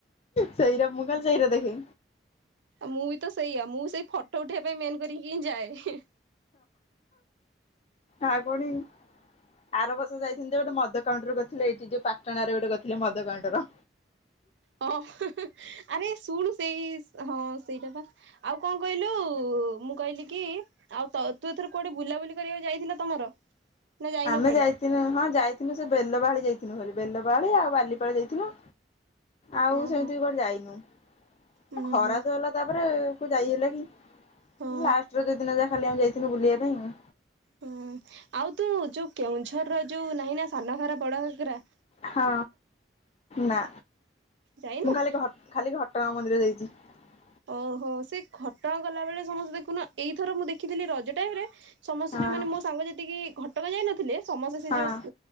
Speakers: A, on the left (about 35°); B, on the right (about 80°).
A: ସଇରା ମୁଖାଲି ସଇରା ଦେଖେ।
B: ଆଉ ମୁଁ ବି ତ ସେଇଆ ମୁଁ ସେଇ ଫଟୋ ଉଠେଇବା ପାଇଁ ମେନ୍ କରିକି ହିଁ ଯାଏ।
A: ଆଉ କଣ କି? ଆର ବର୍ଷ ଯାଇଥିଲି ଯେ ଗୋଟେ ମଦକାଉଣ୍ଟର କରିଥିଲେ ଏଇଠି ଯୋଉ ପାଟଣାରେ ଗୋଟେ କରିଥିଲେ ମଦକାଉଣ୍ଟର।
B: ହଁ ଆରେ ଶୁଣୁ ସେଇ ହଁ ସେଇଟା ପା ଆଉ କଣ କହିଲୁ ମୁଁ କହିଲି କି ଆଉ ତ ତୁ ଏଥର କୁଆଡେ ବୁଲାବୁଲି କରିବାକୁ ଯାଇଥିଲ? ତମର? ନା ଯାଇନୁ
A: ଆମେ
B: କୁଆଡେ
A: ଯାଇଥିଲୁ ହଁ ଯାଇଥିଲୁ ସେ ବେଲ ବାହାଳି ଯାଇଥିଲୁ ହାରି। ବେଲବାହାଳି ଆଉ ବାଲିପାଳ ଯାଇଥିଲୁ ଆଉ
B: ଓହୋ
A: ସେମିତି ବି କୁଆଡେ ଯାଇନୁ।
B: ହୁଁ
A: ଖରା
B: ହୁଁ
A: ତ ହେଲା ତାପରେ କୋଉ ଯାଇ ହେଲା କି
B: ହଁ
A: ଲାଷ୍ଟର ଯଉ ଦିନ ଯାହା ଖାଲି ଆମେ ଯାଇଥିଲୁ ବୁଲିବା ପାଇଁ ଆଉ
B: ହୁଁ ଆଉ ତୁ ଯୋଉ କେଉଁଝର ର ଯୋଉ ନାହିଁ ନା ସାନ ଘଗରା ବଡ ଘଗରା।
A: ହଁ ନା
B: ଯାଇନୁ?
A: ମୁଁ ଖାଲି ଘ ଖାଲି ଘଟଗାଁ ମନ୍ଦିର ଯାଇଛି। <unintelligible>
B: ଓହୋ ସେ ଖଟଗାଁ ଗଲା ବେଳେ ସମସ୍ତେ ଦେଖୁନ ଏଇଥର ମୁଁ ଦେଖିଥିଲି ରଜ ଟାଇମ ରେ ସମସ୍ତେ
A: ହଁ
B: ଯୋଉମାନେ ମୋ ସାଙ୍ଗ ଯେତିକି ଘଟଗାଁ ଯାଇନଥିଲେ ସମସ୍ତେ ସେ
A: ହଁ
B: ଯୋଉ